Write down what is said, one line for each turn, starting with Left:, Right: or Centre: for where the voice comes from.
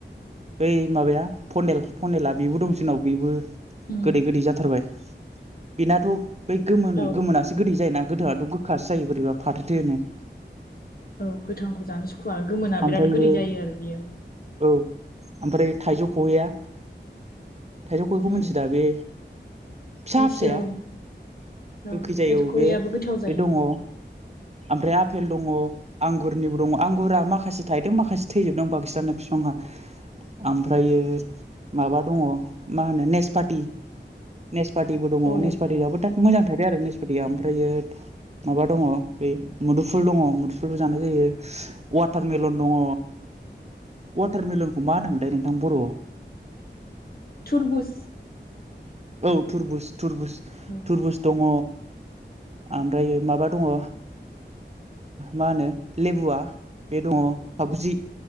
Right: बै माबाया पनेल पनेला बेबो दं जोंनाव बेबो
Left: उम
Right: गोदै गोदै जाथारबाय बेनाथ' बै गोमोन
Left: औ
Right: गोमोनासो गोदै जाय ना गोदोआथ' गोखासो जायो बोरैबा फाथो थोनो
Left: औ गोथांखौ जानो सुखुवआ गोमोना
Right: ओमफ्रायो
Left: बिराद गोोरदै जायो आरो बियो
Right: औ ओमफ्राय थाइजौ खहैया थाइजौ खहेखौ
Left: उम
Right: मिथि दा बे फिसा
Left: मिथियो
Right: फिसाया
Left: औ
Right: गोखै जायो
Left: थाइजौ खैयाबो
Right: बे
Left: गोथाव जायो
Right: बे दङ आमफ्राय आफेल दङ आंगुरनिबो दङ आंगुर गुरा माखासे थायदों माखासे थैजोबदोंं बांसिनानो बिफाङा ओमफ्रायो माबा दङ मा होनो नेसपात नेसपातिबो दङ
Left: औ
Right: नेसपातथियाबो दा मोजां थादो आरो नेसपातिया ओमफ्रायो माबा दङ बे मुदुफुल दङ मुदुफुलबो जानाय जायो वाटारमेलन दङ अवाटारमिलनखौ मा होनोमोनलाय नोंथां बर'आव
Left: थुरबुस
Right: औ थुरबुज थुरबुज
Left: <inaudible>
Right: तुरबुज दङ आमफ्रायो माबा दङ मा होनो लेबुआ बे दङ फागजि